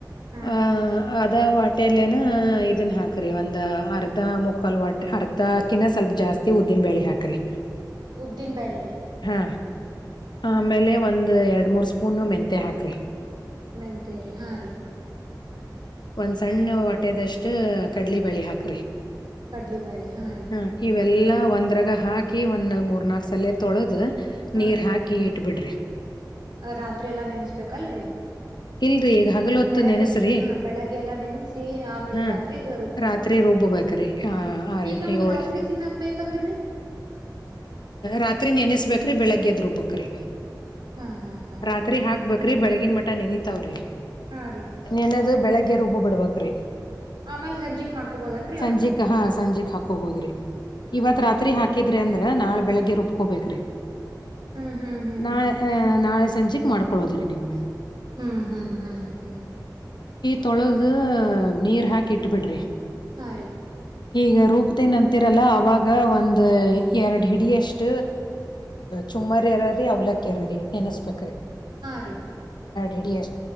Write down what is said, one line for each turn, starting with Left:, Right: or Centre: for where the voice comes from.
Right: ಹ್ಮ್
Left: ಆ ಅದ ವಾಟೆಲ್ಲ ಏನ ಅಹ ಇದನ್ ಹಾಕ್ರಿ ಒಂದ ಅರ್ಧ ಮುಕ್ಕಾಲ್ ವಟ್ಟೆ ಅರ್ಧಕಿನ್ನ ಸ್ವಲ್ಪ ಜಾಸ್ತಿ ಉದ್ದಿನ ಬೇಳಿ ಹಾಕ್ರಿ
Right: ಉದ್ದಿನ್ ಬ್ಯಾೇಳೆ
Left: ಹಾ ಆಮೇಲೆ ಒಂದು ಎರಡು ಮೂರ್ ಸ್ಪೂನ್ ಮೆಂಂತೆ ಹಾಕ್ರಿ
Right: ಮ ತ್ತೇರಿ ಹಾ ರೀ
Left: ಒಂದ್ ಸಣ್ಣ ಹೊಟ್ಟೆದಷ್ಟ ಕಡ್ಲಿ ಬಳಿ ಹಾಕ್ರಿ
Right: ಕಡ್ಲಿ ಬ್ಯಾಳಿ ರೀ
Left: ಹಾ ಇವೆಲ್ಲಾ ಅಂದ್ರಾಗ ಹಾಕಿ ಒಂದು ಮೂರ್ ನಾಲ್ಕು ಸಲ ತೊಳೆದು
Right: ಹಾ
Left: ನೀರ್
Right: ರೀ
Left: ಹಾಕಿ ಇಟ್ಬಿಡ್ರಿ
Right: ರಾತ್ರಿ ಎಲ್ಲಾ ನೆನ್ಸ್ಬೇಕಲ್ರರಿ
Left: ಇಲ್ರರಿ ಈಗ ಹಗಲ ಹೊತ್ತು
Right: ಬೆಳಗ್ಗೆ
Left: ನೆನಸ್ರಿ
Right: ಹಾ ಬೆಳಗ್ಗೆ ಎಲ್ಲಾ ನೆನ್ಸಿ ಆಮೇಲ್
Left: ಹ್ಮ
Right: ರಾತ್ರಿಗ ರುಬ್ಕೊಬಕ್
Left: ರಾತ್ರಿ ರುಬ್ಬೇಕ್ರಿ ಆ ಆ
Right: ಈಗ
Left: ರೀ
Right: ನಮ್ಗ್
Left: ಏಳ್
Right: ರಾತ್ರಿ ತಿನ್ನಾಕ್ ಬೇಕಂದ್ರಿ
Left: ರಾತ್ರಿ ನೆನೆಸ್ಬೇಕ ಅ ರೀ ಬೆಳಗ್ಗೆ ಎದ್ರುಬಕ್ರಿ
Right: ಹಾ ಹಾ ಹಾ
Left: ರಾತ್ರಿ
Right: ಹಾ ರೀ
Left: ಹಾಕ್ ಬಕ್ರ ಬೆಳಗ್ ಮ ನೆನ ತೌರ
Right: ಹಾ ರೀ
Left: ಇನದು ಬೆಳಗ್ಗೆ ಗೆ ರುಬ್ು ಬಿಡ್ಬೇಕ್ರೀ
Right: ಆಮೇಲ್ ಸಂಜಿಕ್ ಮಾಡ್ಕೊಬೋದನ್ರಿ
Left: ಸಂಜಿಕ
Right: ಅವನ್ನ
Left: ಹಾ ಸಂಜೆಕ್ ಹಾಕೋಬೋದ್ರಿ
Right: ಹ್ಮ್
Left: ಇವತ್
Right: ಹ್ಮ್
Left: ರಾತ್ರಿ
Right: ಹ್ಮ್ ಹ್ಮ್
Left: ಹಾಕಿದ್ರಿ ಅಂದ್ರ ನಾಳ ಬೆಳಿಗ್ಗೆ ರುಬ್ಕೋಬೇಕ್ರಿ
Right: ಹ್ಮ್ ಹ್ಮ್ ಹ್ಮ್
Left: ನಾಳೆ ಆಹ್ ನಾಳೆ ಸಂಜೆೆಗೆ ಮಾಡ್ಕೊೊಳ್ಳೋದ್ರೀ ನೀವು
Right: ಹ್ಮ್ ಹ್ಮ್ ಹ್ಮ್ ಹ್ಮ್
Left: ತೊಳೋದ ನೀರ್ ಹಾಕಿ ಇಟ್ ಬಿಡ್ರಿ
Right: ಹಾ ರೀ
Left: ಈಗ ರೂಪತೇನ್ ಅಂತಿರಲ್ಲ ಅವಾಗ ಒಂದ ಎರಡ್ ಹಿಡಿಯಷ್ಟ ಚುಮ್ಮರಿ ಇರೀ ಅವ್ಲಕ್ಕಿರರಿ ನೆನೆಸ್ಬೇಕ್ರಿ
Right: ಹಾ ರೀ
Left: ಿಡಿ ಅಷ್ಟು